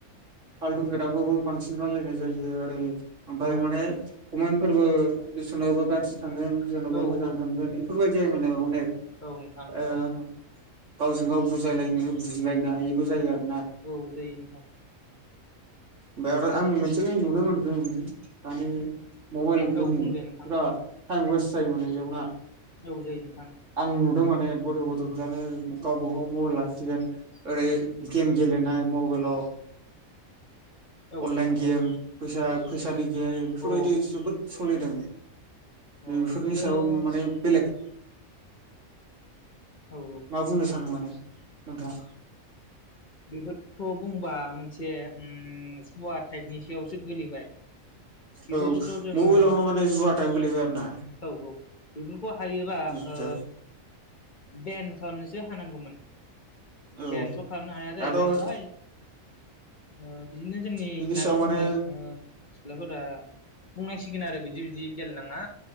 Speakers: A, on the right (about 65°); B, on the left (about 35°).
A: फालथु खोथाखौबो बांसिन रायलायनाय जायो ओरै ओमफाय
B: औ
A: माने खमेन फोरबो <unintelligible> थांगोन सोरनवबा
B: औ औ
A: मोजां थांगोन एफोरबायदि जायो माने अनेक
B: औ नोंथां नंगौ
A: ओ गावजों गाव बुजायलायनो बुजिलायनो हायिबो जायो आरो
B: औ जायो नोंथां
A: ओफाय आरो आं मोनसे नुनो मोनदों माने मबाइल गेमनि
B: औ बुं
A: बिराद
B: दे नोंथां
A: टाइम वेस्ट जायोमोन बे इयावना
B: औ जायो नों
A: आं नु माने गथ' गथ'फ्रानो गावबाागाव मबाइल लासिगोन ओरै गेम गेलेनाय मबाइलाव
B: औ
A: अनलाइन
B: नोंथां
A: गेम
B: औ
A: फैसा
B: औ
A: फैसानि गेम बेफोरबायदि
B: औ
A: जोबोद सोलिदों
B: औ
A: बेफोरनि
B: बेथ'
A: सायाव
B: औ
A: माने बेलेग
B: औ
A: मा बुंनो सानो माने नोंथां
B: बेफोरथ' बुंबा मोनसे ओम <unintelligible> टाइपनि सायावसो गोलैबाय बेफोरखौथ'
A: औ
B: जोङो
A: मबाइलावनो माने जुवा टाइप गोलैबाय आरो ना
B: औ औ बेफोरखौ हायोबा
A: निस्सय
B: ओ बेन <unintelligible> हौमोन उम
A: औ
B: बेनोथ' खालामनो हाया जाहैबाय
A: दाथ'
B: नालाय ओ बिदिनो जोंनि
A: बिनि
B: लाइमोन
A: सायाव माने
B: सेंग्रा ओ सिख्लाफोरा बुंनाय सिगोन आरो बिदि बिदि गेलेनाङा